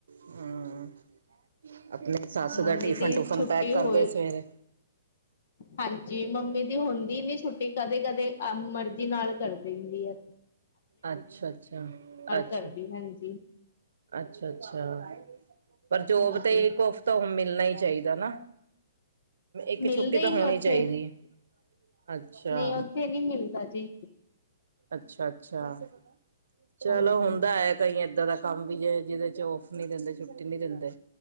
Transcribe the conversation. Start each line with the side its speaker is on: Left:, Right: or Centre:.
Right: ਹੂੰ। ਆਪਣੇ ਸੱਸ
Left: ਮੰਮੀ
Right: ਦਾ ਟਿਫਨ
Left: ਦੀ
Right: ਟੂਫਨ
Left: ਛੁੱਟੀ
Right: ਪੈਕ ਕਰਦੇ
Left: ਹੋਏ
Right: ਸਵੇਰੇ।
Left: ਹਾਂਜੀ, ਮੰਮੀ ਦੀ ਹੁੰਦੀ ਨੀ ਛੁੱਟੀ ਕਦੇ-ਕਦੇ ਅਮ ਮਰਜ਼ੀ ਨਾਲ ਕਰਦੀ ਹੁੰਦੀ ਆ।
Right: ਅੱਛਾ-ਅੱਛਾ, ਅੱਛਾ,
Left: ਕਰਦੀ ਹਾਂਜੀ
Right: ਅੱਛਾ-ਅੱਛਾ। ਪਰ ਜੋਬ
Left: ਹਾਂਜੀ
Right: 'ਤੇ ਇੱਕੋ ਹਫ਼ਤਾ ਓਹ ਮਿਲਣਾ ਈ ਚਾਈਦਾ ਨਾ। ਇੱਕ
Left: ਮਿਲਦਾ
Right: ਛੁੱਟੀ ਤਾਂ
Left: ਈ ਨੀ
Right: ਹੋਣੀ
Left: ਉਥੇ,
Right: ਚਾਹੀਦੀ ਹੈ। ਅੱਛਾ,
Left: ਨਈ ਓਥੇ ਨੀ ਮਿਲਦਾ ਜੀ।
Right: ਅੱਛਾ-ਅੱਛਾ, ਚਲੋ
Left: ਹਾਂਜੀ
Right: ਹੁੰਦਾ ਐ ਕਈ ਏਦਾਂ ਦਾ ਕੰਮ ਵੀ ਐ ਜਿਹਦੇ 'ਚ ਔਫ ਨੀ ਦਿੰਦੇ ਛੁੱਟੀ ਨੀ ਦਿੰਦੇ,